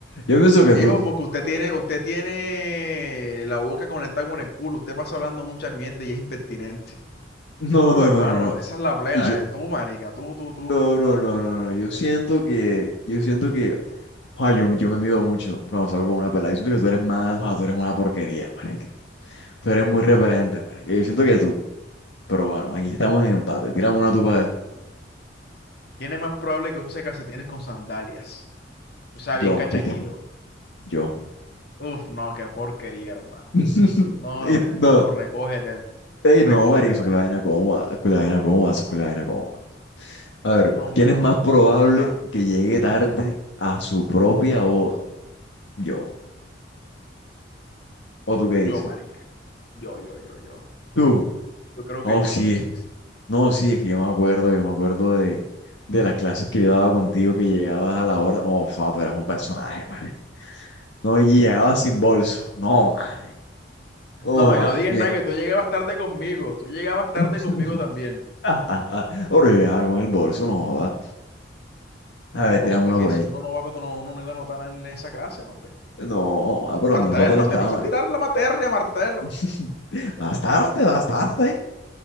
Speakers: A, on the left; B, on the left.
A: yo pienso que
B: Viejo,
A: tú.
B: porque usted tiene, usted tiene la boca conectada con el culo. Usted pasa hablando mucha mierda y es impertinente.
A: No,
B: Uh,
A: no,
B: hermano,
A: no, no, no.
B: esa es la plena.
A: Y yo,
B: eh, Tú, marica, tú, tú, tú.
A: no, no, no, no, no. Yo siento que, yo siento que Joder, yo, yo me mido mucho cuando salgo con una pelada. Yo siento que tú eres más, joder, tú eres una porquería, marica. Tú eres muy referente, marica. Yo siento que tú. Pero bueno, aquí estamos en empate. Tírame una tupa de...
B: ¿Quién es más probable que use calcetines con sandalias? O sea,
A: Yo,
B: bien cachaquito.
A: marica. Yo.
B: Uf, no, qué porquería, hermano.
A: <laughs>
B: No,
A: Y
B: hermano,
A: no,
B: recógete,
A: ey,
B: recógete,
A: no, marica, eso
B: marica.
A: es la vaina cómoda. Eso es la vaina cómoda, eso es la vaina cómoda. A ver,
B: No, hombre,
A: ¿quién es
B: no.
A: más probable
B: Ajá,
A: que llegue tarde a su propia boda? Yo. ¿O tú qué dices?
B: yo, marica. Yo, yo, yo, yo.
A: Tú.
B: Yo creo
A: Oh,
B: que yo,
A: sí,
B: sí, sí.
A: No, sí, es que yo me acuerdo, yo me acuerdo de, de las clases que yo daba contigo, que llegabas a la hora. Oh, no, tú eras un personaje, madre. No, y llegabas sin bolso. No, madre. Oh,
B: No, y
A: madre.
B: no digas
A: lle-
B: nada, que tú llegabas tarde conmigo. Tú llegabas tarde
A: <laughs>
B: conmigo también.
A: Ahora llegaba con el bolso, no joda. A
B: No,
A: ver,
B: que por
A: tirame
B: eso para
A: uno
B: qué,
A: por
B: si
A: ahí.
B: uno no va, pero no, uno no iba a notar nada en esa clase, no, hombre.
A: No, ah, por lo
B: Martelo,
A: menos para aparentar,
B: te vas
A: marica.
B: a tirar la materia, Martelo.
A: <laughs> Bastarte, bastarte.